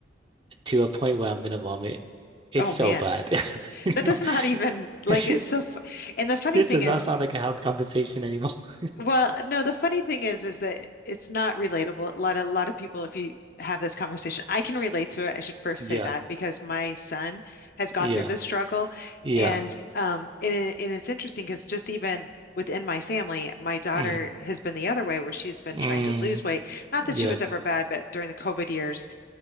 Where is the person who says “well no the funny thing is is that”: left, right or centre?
Left